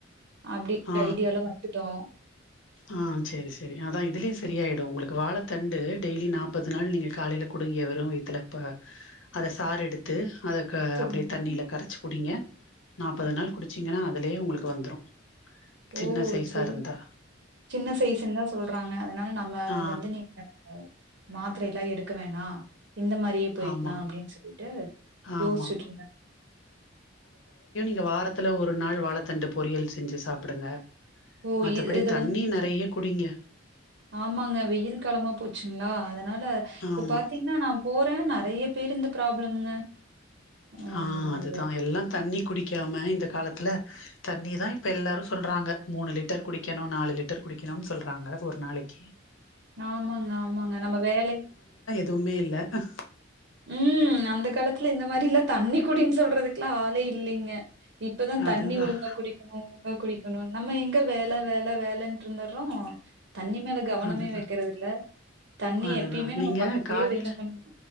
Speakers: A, on the right; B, on the left.
A: அப்படி
B: ஆ
A: ஹ ஐடியாவாலாம் வந்துட்டோம்
B: ஆ செரி செரி அதான் இதுலயே சரியாயிடும் உங்களுக்கு வாழ தண்டு டெய்லி நாப்பது நாள் நீங்க காலைல குடிங்க வெரும் வயத்துல அத சாறு எடுத்து அதுக்கு
A: சரிங்க.
B: அப்டியே தண்ணில கரச்சு குடிங்க நாப்பது நாள் குடிச்சீங்கன்னா அதுலயே உங்களுக்கு வந்துரும் சின்ன
A: ஓ!
B: சைசா
A: சரி.
B: இருந்தா
A: சின்ன சைசஸ்ு ன்னு தான் சொல்றாங் ங்க ன நம்ம
B: ஆ
A: வந்து நீங்க <unintelligible> மாத்திரை எல்லாம் எடுக்க வேணா இந்த மாதிரியே போயிக்கலாம்
B: ஆமா
A: அப்டின்னு சொல்லிட்டு
B: ஆமா
A: யோசிச்சுட்டு இருந்தன்
B: இந்த வாரத்துல ஒரு நாள் வாழைத்தண்டு பொரியல் செஞ்சு சாப்பிடுங்க
A: ஓ!
B: மத்தபடி
A: இ இத
B: தண்ணி
A: வந்து
B: நறையக் குடிங்க
A: ஆமாங்க வெயில் காலமா போச்சுங்களா அதன் அதனால இப்ப
B: ஆமா
A: பாத்தீகன்னா நான் போறேன் ந நறைய பேரு இந்த ப்ராப்ளம்ங்க ம்.
B: ஆ அதுதான்
A: ஒரு
B: எல்லாம் தண்ணி குடிக்காம இந்த காலத்துல தண்ணி தான் இப்ப எல்லாரும் சொல்றாங்க மூணு லிட்டர் குடிக்கணும் நாலு லிட்டர் குடிக்கணுனு சொல்றாங்க ஒரு நாளைக்கு
A: ஆமாங்க ஆமாங்க நம்ம வேல
B: துவுமே இல்ல அஹ்
A: ம் அந்த காலத்துல இந்த மாதிரிலா தண்ணி குடின் சொல்றதுக்கெல்லா ஆளே இல்லைங்க இப்பதா
B: அதுதான்,
A: தண்ணி ஒழுங்கா குடிக்குணு நம்ப குடிக்குணுனு நம்ம எங்க வேல வேல வேலேன்ட் இருந்தர்றோ தண்ணி மேல கவனமே
B: அதுதான்,
A: வைக்கறதில்ல தண்ணி
B: அதுதான்.
A: எப்பயுமே நம்ம
B: நீங்க
A: பக்கத்திலயே
B: காலையில
A: வச்சுக்கணுங்க